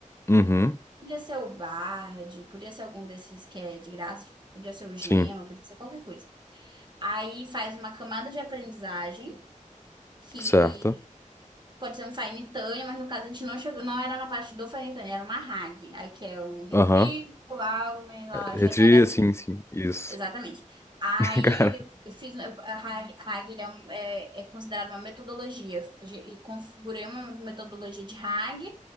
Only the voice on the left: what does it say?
Uhum,
sim,
certo.
Aham.
Retri,
assim, sim. Isso.
<laughs> Cara,